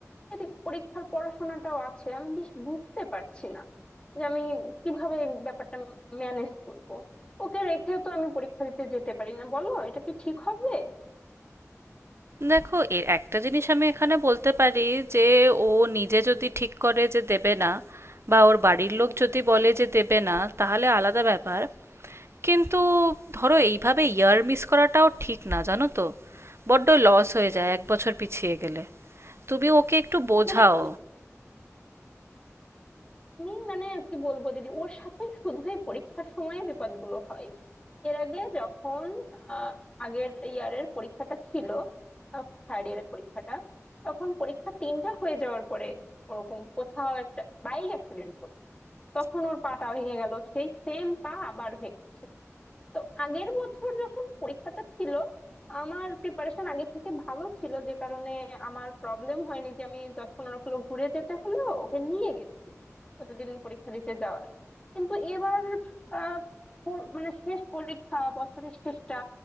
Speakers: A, on the left; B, on the right.
A: এদিকে পরীক্ষার পড়াশোনাটাও আছে আমি বেশ বুঝতে পারছি না যে আমি কিভাবে এই ব্যাপারটা ম্যানেজ করব ওকে রেখেও তো আমি পরীক্ষা দিতে যেতে পারি না বলো এটা কি ঠিক হবে
B: দেখো এর একটা জিনিস আমি এখানে বলতে পারি যে ও নিজে যদি ঠিক করে যে দেবে না বা ওর বাড়ির লোক যদি বলে যে দেবে না তাহলে আলাদা ব্যাপার কিন্তু ধরো এইভাবে ইয়ার মিস করাটাও ঠিক না জানো তো বড্ড লস হয়ে যায় এক বছর পিছিয়ে গেলে তুমি ওকে একটু বোঝাও
A: মানে আমি আমি মানে কি বলবো দিদি ওর সাথে শুধু এই পরীক্ষার সময়ে বিপদগুলো হয় এর আগে যখন আহ, আগের ইয়ারের পরীক্ষাটা ছিল থার্ড ইয়ারের পরীক্ষাটা তখন পরীক্ষা তিনটা হয়ে যাওয়ার পরে ওরকম কোথাও একটা বাইক অ্যাক্সিডেন্ট করলো তখন ওর পাটা ভেঙে গেল সেই সেম পা আবার ভেঙেছে তো আগের বছর যখন পরীক্ষাটা ছিল আমার প্রিপারেশন আগে থেকে ভালো ছিল যে কারণে আমার প্রবলেম হয়নি যে আমি দশ পনেরো কিলো ঘুরে যেতে হলো ওকে নিয়ে গেছি প্রতিদিন পরীক্ষা দিতে যাওয়ার আগে। কিন্তু এবার আহ, পর- মানে শেষ পরীক্ষা বছরের শেষটা